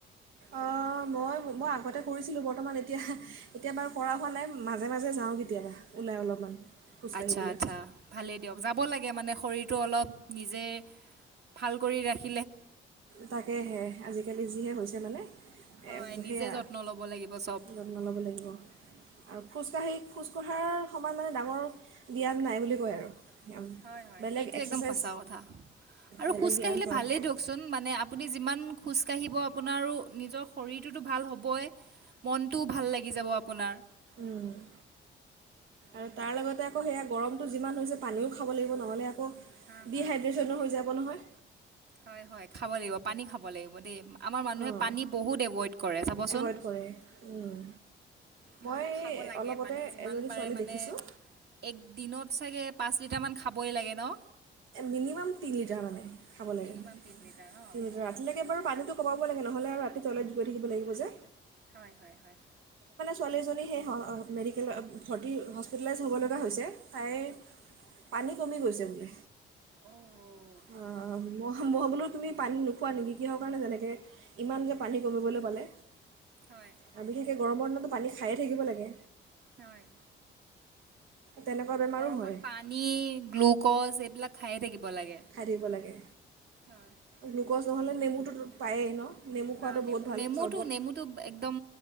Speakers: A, on the right; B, on the right.
A: অহ মই মই আগতে কৰিছিলোঁ বৰ্তমান এতিয়া‌‌ এতিয়া বাৰু কৰা হোৱা নাই। মাজে-মাজে যাওঁ কেতিয়াবা ওলাই অলপমান খোজকাঢ়িবলৈ
B: আচ্ছা আচ্ছা ভালে দিয়ক যাব লাগে তাকে মানে শৰীৰটো অলপ নিজে ভাল কৰি ৰাখি
A: তাকেহে আজিকালি যিহে হৈছে মানে,
B: হয় নিজে
A: সেয়া
B: যত্ন ল'ব লাগিব চব
A: যত্ন ল'ব লাগিব আৰু খোজকাঢ়ি খোজ কঢ়া তাৰ সমান মানে ডাঙৰ ব্যায়াম নাই বুলি কয় আৰু। ব্যায়াম,
B: হয়‌ হয়
A: বেলেগ
B: সেইটো
A: এক্সাৰচাইজ
B: একদম সচা কথা আৰু
A: বেলেগ
B: খোজ
A: ব্যায়াম
B: কাঢ়িলে
A: কৰাতকৈ
B: ভালেই দিয়ক মানে আপুনি যিমান খোজকাঢ়িব আপোনাৰ আৰু নিজৰ শৰীৰটোতো ভাল হ'বই মনটোও ভাল লাগি যাব আপোনাৰ।
A: ভাল আৰু তাৰ লগতে আকৌ সেয়া গৰমটো যিমান হৈছে পানীও খাব লাগিব নহ'লে আকৌ
B: হা
A: ডিহাইড্ৰেশ্যনো
B: হা সেইটোৱে,
A: হৈ যাব নহয়
B: হয় হয় খাব লাগিব পানী খাব লাগিব দেই আমাৰ মানুহে
A: অঁ
B: পানী বহুত এভইড কৰে চাবচোন।
A: এভইড কৰে উম।
B: কিন্তু
A: মই
B: খাব লাগে
A: অলপতে
B: পানী যিমান
A: এজনী
B: পাৰে
A: ছোৱালী
B: মানে
A: দেখিছোঁ
B: একদিনত তাকে পাঁচ লিটাৰ মান খাবই লাগে ন
A: মিনিমাম তিনিটাৰ মানে খাব লাগে
B: মিনিমাম তিনি লিটাৰ ন
A: তি
B: অঁ
A: ৰাতিলৈকে বাৰু পানীটো কমাব হ'ব লাগে নহ'লে আৰু ৰাতি তইলত গ গৈ থাকিব লাগিব যে।
B: হয় হয় হয়
A: ছোৱালীজনী সেই মেডিকেল ভৰ্তি হস্পিটেলাইজ হ'ব লগা হৈছে তাই পানী কমি গৈছে বোলে
B: অ'
A: অহ মহ ম‌ই বুলু তুমি পানী নোখোৱা নেকি, কিহৰ কাৰণে যেনেকৈ ইমান যে পানী কমিবলৈ পালে।
B: হয়
A: আৰু বিশেষকে গৰমৰ টো পানী খায়ে থাকিব লাগে।
B: হয়।
A: তেনেকুৱা বেমাৰো
B: গৰমত
A: হয়
B: পানী গ্লুকজ এইবিলাক খাই থাকিব লাগে
A: খাই থাকিব লাগে।
B: হয়।
A: গ্লুকজ নহ'লে নেমুটোতো পায়েই ন, নেমু খোৱাটো
B: অ নেমু,
A: বহুত ভাল
B: নেমুটো-নেমুটো
A: চৰ্বত
B: একদম